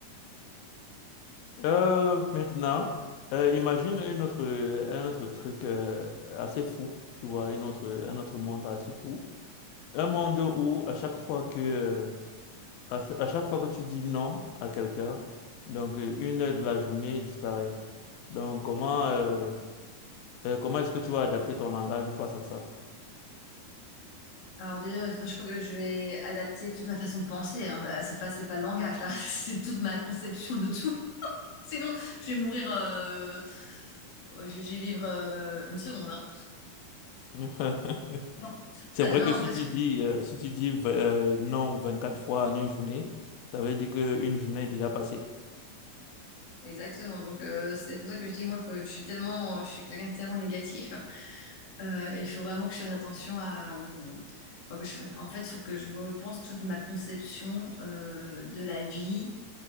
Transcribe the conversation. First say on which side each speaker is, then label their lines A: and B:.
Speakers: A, on the left; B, on the left.
A: euh, maintenant, euh, imagine une autre, un autre truc euh, assez fou, tu vois, une autre, un autre monde assez fou. Un monde où à chaque fois que, euh, à, à chaque fois que tu dis non à quelqu'un, donc euh, une heure de la journée disparaît. Donc comment, euh, euh, comment est-ce que tu vas adapter ton langage face à ça?
B: Alors déjà, je crois que je vais adapter toute ma façon de penser. hein. Là, c'est pas, c'est pas le langage, là. <laughs> C'est toute ma conception de tout. Sinon, je vais mourir... euh, euh, Je je vais vivre euh, une seconde. hein.
A: <laughs>
B: Non.
A: C'est
B: Enfin,
A: vrai
B: non,
A: que
B: en
A: si
B: fait,
A: tu
B: je-
A: dis, euh, si tu dis euh, non quatre fois en une journée, ça veut dire qu'une journée est déjà passée.
B: exactement. Donc, euh, c'est pour ça que je dis, moi, que je suis tellement, je suis quelqu'un de tellement négatif. Euh, il faut vraiment que je fasse attention à. hum, enfin, que je fasse- En fait, il faut que je repense toute ma conception euh, de la vie